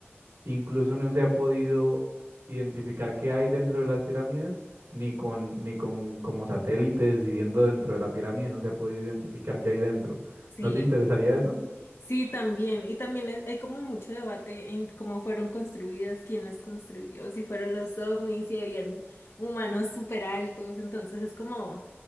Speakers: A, on the right; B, on the left.
A: Incluso no se ha podido identificar qué hay dentro de las pirámides, ni con, ni con como satélites y viendo dentro de la pirámide no se ha podido identificar qué hay dentro.
B: Sí.
A: ¿No te interesaría eso?
B: Sí, también. Y también es- hay como mucho debate en cómo fueron construidas, quién las construyó, si fueron los ovnis, si habían humanos súper altos. Entonces es como